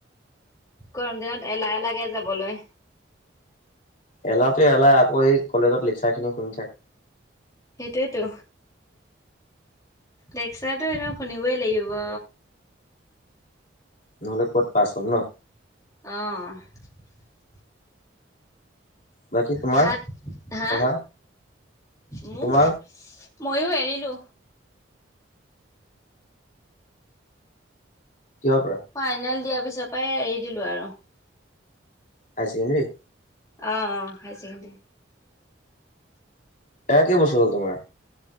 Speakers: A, on the left (about 20°); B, on the left (about 40°).
A: গৰম দিনত এলাহ লাগে যাবলৈ।
B: এলাহটো- এলাহ আকৌ এ কলেজত লেকচাৰ খিনি শুনি থাক।
A: সেইটোৱেইটো। লেকচাৰটো এনেও শুনিবই লাগিব।
B: নহ'লে ক'ত পাছ হম ন'?
A: অ',
B: বাকী তোমাৰ
A: ভাত হা
B: পঢ়া
A: মোৰ
B: তোমাৰ
A: ময়ো এৰিলো।
B: কিহৰ পৰা
A: ফাইনেল দিয়াৰ পিছত পাই এৰি দিলো আৰু।
B: হায় ছেকেণ্ডাৰী?
A: অ', -অ', হায় ছেকেণ্ডাৰী।
B: এৰা কেই বছৰ হ'ল তোমাৰ?